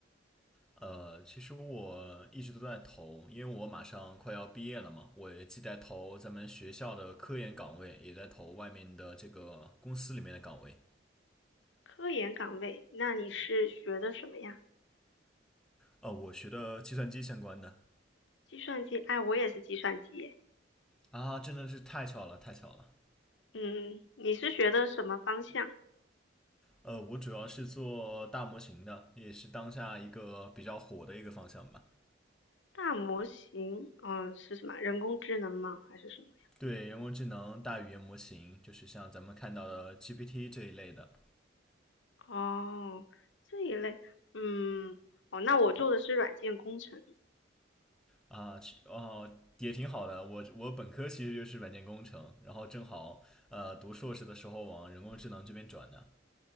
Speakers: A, in the centre; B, on the left.
A: 呃，其实我一直都在投，因为我马上快要毕业了嘛，我也既在投咱们学校的科研岗位，也在投外面的这个公司里面的岗位。
B: 科研岗位，那你是学的什么呀？
A: 呃，我学的计算机相关的
B: 计算机，哎，我也是计算机耶。
A: 啊，真的是太巧了，太巧了。
B: 嗯，你是学的什么方向？
A: 呃，我主要是做大模型的，也是当下一个比较火的一个方向吧。
B: 大模型，嗯，是什么？人工智能吗？还是什么
A: 对人工智能、大语言模型，就是像咱们看到的 GPT 这一类的
B: 呀？哦，这一类，嗯，哦，那我做的是软件工程，
A: 啊，其哦，也挺好的。我我本科其实就是软件工程，然后正好呃读硕士的时候往人工智能这边转的。